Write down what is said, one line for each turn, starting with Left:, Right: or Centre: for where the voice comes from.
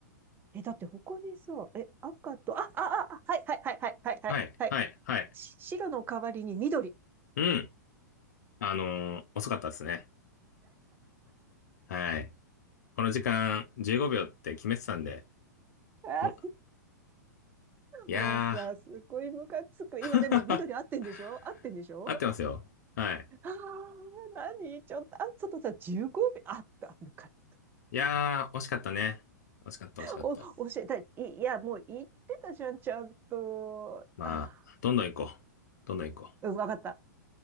Right: え、だって他にさ、え、赤と、あ、あ、あ、あはいはいはいはいはいはい。
Left: はい、
Right: はい
Left: はい、はい。
Right: し白の代わりに緑。
Left: うん。あのー遅かったですね。はい。この時間15秒って決めてたんで、
Right: あ
Left: もういや
Right: ー、もうさ、すごいムカつく。
Left: ー、
Right: 今でも緑合ってんでしょ合ってんでしょ
Left: <laughs> 合ってますよ。はい。
Right: ああー、何ちょっと、あ、ちょっとさ、15秒。あった、ムカつく。
Left: いやー、惜しかったね。惜しかった、惜しかった。
Right: お、教えたい。いいや、もう言ってたじゃん、ちゃんと。
Left: まあ、
Right: あ
Left: どんどん行こう。どんどん行こ
Right: ー、うん、わかった。